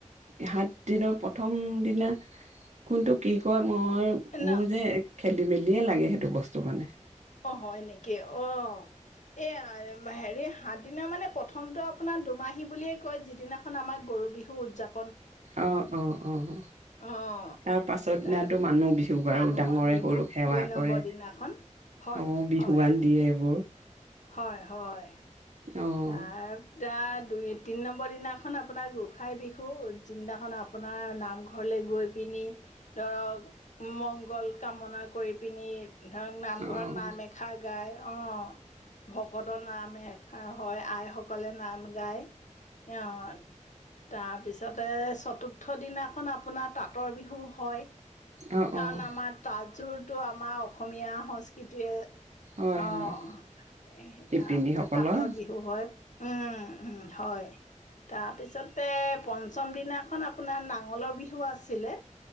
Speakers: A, on the right (about 65°); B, on the left (about 70°).
A: সাত দিনৰ প্ৰথম দিনা, কোনটো কি কয়? মই,
B: ন
A: মোৰ যে খেলি মেলিয়ে লাগে সেইটো বস্তু মানে।
B: অ', হয় নি? অ', এইয়া হেৰি সাত দিনা মানে, প্ৰথমটো আপোনাৰ দুমাহী বুলিয়ে কয়, যিদিনাখন আমাৰ গৰু বিহু উদযাপ
A: অ', অ', অ'
B: অঁ
A: তাৰ পাছৰ দিনাতো
B: তা
A: মানুহ বিহু বাৰু
B: মানুহৰ
A: ডাঙৰে
B: বিহু
A: সৰু সেৱা
B: দুই নম্বৰ
A: কৰে,
B: দিনাখন হয়
A: অ' বিহুৱান
B: হয়
A: দিয়ে। বোৰ
B: হয় হয়।
A: অ',
B: তাৰ তাৰ দুই তিনি নম্বৰ দিনাখন আপোনাৰ গোসাঁই বিহু, যিদিনাখন আপোনাৰ নামঘৰলৈ গৈ পিনি ধৰক মংগল কামনা কৰি পিনি ধৰক নামঘৰত
A: অ',
B: নাম এষাৰ গায়। অ', ভকতৰ নাম <unintelligible> অ', হয়, আইসকলে নাম গায়। অ', তাৰপিছত তাতে, চতুৰ্থ দিনাখন আপোনাৰ তাঁতৰ বিহু হয়।
A: অ',
B: কাণ,
A: অ',
B: আমাৰ তাত জোনটো আমাৰ অসমীয়া সংস্কৃতিয়ে
A: হয়,
B: অ',
A: হয়
B: এহ
A: শিপিনীসকলৰ
B: আ পাত তাঁতৰ বিহু হয়। উম উম। হয়। তাৰপিছত ততে, পঞ্চম দিনাখন আপোনাৰ নাঙলৰ বিহু আছিলে।